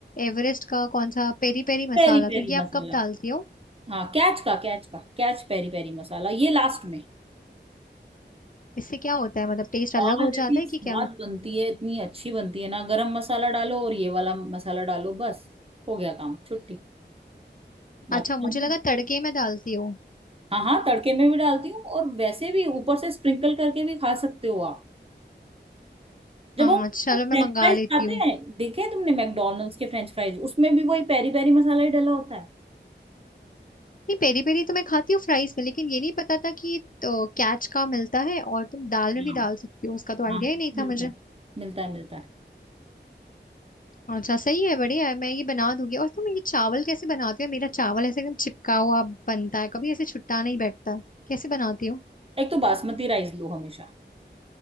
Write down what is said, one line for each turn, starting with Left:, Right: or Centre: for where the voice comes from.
Left: एवरेस्ट का कौन सा पेरी पेरी मसाला
Right: Peri peri
Left: तो ये
Right: masala
Left: आप कब डालती हो
Right: हाँ कैच का कैच का कैच पेरी पेरी मसाला ये लास्ट में
Left: इससे क्या होता है मतलब टेस्ट अलग
Right: दाल
Left: हो
Right: ऐसी
Left: जाता है कि
Right: स्वाद
Left: क्या होता
Right: बनती है इतनी अच्छी बनती है ना गरम मसाला डालो और ये वाला मसाला डालो बस हो गया काम छुट्टी
Left: है?
Right: बाकी
Left: अच्छा मुझे
Right: खाना-
Left: लगा तड़के में डालती हो
Right: हाँ हाँ तड़के में भी डालती हूँ और वैसे भी ऊपर से स्प्रिंकल करके भी खा सकते हो आप जब
Left: हाँ
Right: हम
Left: चलो
Right: फ्रेंच
Left: मैं मंगा
Right: फ्राइज
Left: लेती
Right: खाते
Left: हूँ
Right: हैं देखे हैं तुमने मैकडोनल्ड्स के फ्रेंच फ्राइज उसमें भी वही पेरी पेरी मसाला ही डाला होता
Left: नहीं पेरी पेरी तो मैं खाती हूँ फ्राइज में लेकिन ये नहीं पता था कि तो कैच का मिलता है और तुम दाल में
Right: है
Left: भी डाल सकती हो उसका तो आइडिया
Right: हाँ
Left: ही नहीं
Right: मिलता
Left: था मुझे
Right: है मिलता है मिलता है
Left: अच्छा सही है बढ़िया है मैं ये बना दूंगी और तुम ये चावल कैसे बनाती हो मेरा चावल ऐसे एकदम चिपका हुआ बनता है कभी ऐसे छुट्टा नहीं बैठता है। कैसे बनाती हो
Right: एक तो बासमती राइस लो हमेशा